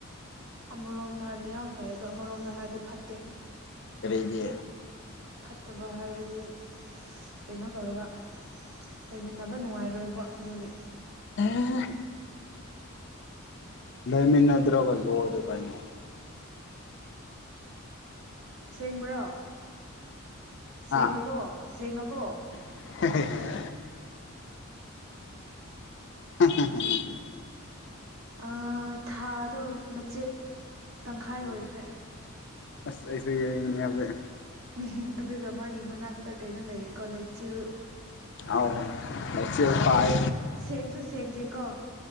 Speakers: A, on the right (about 75°); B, on the left (about 55°).
A: ꯑꯃꯔꯣꯝꯗ ꯍꯥꯏꯔꯗꯤ ꯌꯥꯝ ꯐꯩ ꯑꯗꯣ ꯑꯃꯔꯣꯝꯗ ꯍꯥꯏꯔꯗꯤ ꯐꯠꯇꯦ
B: ꯀꯔꯤꯒꯤ
A: ꯐꯠꯇꯕ ꯍꯥꯏꯕꯗꯤ ꯀꯩꯅꯣ ꯗꯧꯌꯦꯕꯥ ꯂꯩꯃꯤꯟꯅꯕ ꯅꯨꯡꯉꯥꯏꯔꯣꯏꯕ ꯑꯗꯨꯒꯤ
B: <unintelligible> ꯂꯩꯃꯤꯅꯗ꯭ꯔꯥꯒ ꯂꯣꯏꯔꯦ ꯀꯩꯅꯣ
A: ꯁꯦꯡꯕ꯭ꯔꯣ ꯁꯦꯡꯉꯕꯣ
B: ꯍꯥ
A: ꯁꯦꯡꯉꯕꯣ
B: <unintelligible> ꯍꯥ ꯍꯥ ꯍꯥ ꯍꯥ ꯍꯥ
A: ꯑꯥ ꯊꯥꯗꯣ ꯃꯆꯦꯠ ꯇꯪꯈꯥꯏ
B: ꯎꯝ
A: ꯑꯣꯏꯈ꯭ꯔꯦ
B: ꯑꯁ ꯑꯩꯁꯨ ꯌꯦꯡꯅꯦ ꯍꯧꯖꯤꯛ
A: ꯎꯝꯍ ꯑꯗꯨꯒ ꯃꯥꯒꯤ ꯃꯅꯥꯛꯇ ꯀꯩꯅꯣ ꯂꯩꯌꯦꯀꯣ ꯂꯩꯆꯤꯜ
B: ꯑꯥꯎ ꯂꯩꯆꯤꯜ
A: ꯑꯗꯨꯁ
B: ꯄꯥꯏ
A: ꯁꯦꯡꯁꯨ ꯁꯦꯡꯗꯦꯀꯣ